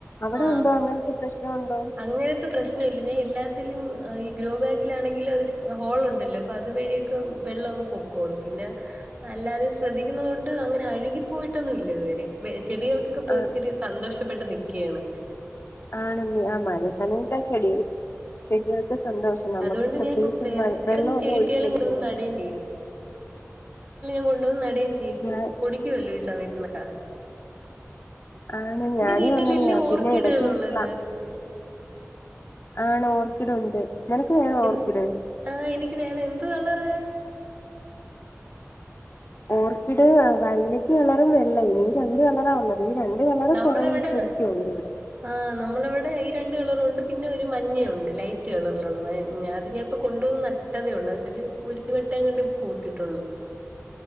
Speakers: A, on the left; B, on the right.
A: അവിടെ
B: ആ
A: ഉണ്ടോ അങ്ങനത്തെ പ്രശ്നം ഉണ്ടോ
B: അങ്ങനത്തെ പ്രശ്നല്ല ഞാൻ എല്ലാ ഈ ഗ്രോ ബാഗിലാണെങ്കിലും അതിൽ ഹോൾ ഉണ്ടല്ലോ അപ്പൊ അത് വഴിയൊക്കെ വെള്ളം അങ്ങ് പൊയ്ക്കോളും പിന്നെ അല്ലാതെ ശ്രദ്ധിക്കുന്ന കൊണ്ട് അങ്ങനെ അഴുകിപ്പോയിട്ടൊന്നും ഇല്ല ഇതുവരെ ചെടികൾക്കക്കെ ഇപ്പോ
A: ആ
B: ഒത്തിരി സന്തോഷം പ്പെട്ടത് ഒക്കെയാണ്
A: ആണല്ലേ ആ <unintelligible> ചെടികള് ചെടികൾക്ക് സന്തോഷം നമുക്ക്
B: അതോണ്ട്
A: പ്രത്യേകിച്ച്
B: ഞാൻ ഇപ്പോ
A: മഴ വെള്ളം
B: എന്ന്
A: ഒന്നും
B: ചെടി കിട്ടിയാലും
A: ഒഴിച്ചു കൊടുക്കണ്ടല്ലോ
B: കൊണ്ടന്ന് നടുകയും ചെയ്യും <unintelligible> ചെയ്യും
A: ഞാ
B: പൊടിക്കല്ലോ ഈ സമയ ത്ത
A: ആണ് ഞാനും
B: വീട്ടിലല്ലേ
A: അങ്ങനെയാ
B: ഓർക്കിഡുകൾ
A: പിന്നെ എടക്ക് ഇൻക്ക്
B: ഉള്ളത്
A: ക്ലാ ആണ് ഓർക്കിഡ് ഉണ്ട് നിനക്ക് വേണോ
B: ഇൻ
A: ഓർക്കിഡ്
B: ആ എനിക്ക് വേണം എന്ത്ര കളറ്
A: ഓർക്കിഡ് വയലറ്റ് കളറും വെള്ള ഇ രണ്ട് കളറാഒള്ള ഈ രണ്ട് കളറ്
B: നമ്മളവിടെ
A: കൊറെ ശരിക്കും ഒ ണ്ട് ഇവിടെ
B: ആഹ് നമ്മളിവിടെ ഈ രണ്ട് കളറുണ്ട് പിന്നെ ഒരു മഞ്ഞയുണ്ട് ലൈറ്റ് കളറിലുള്ള മഞ്ഞ അത് ഞാൻ ഇപ്പോ കൊണ്ടുവന്ന് നട്ടതേ ഒള്ളൂ അതില് ഒരു വട്ടം കണ്ടി പൂത്തിട്ടുള്ളു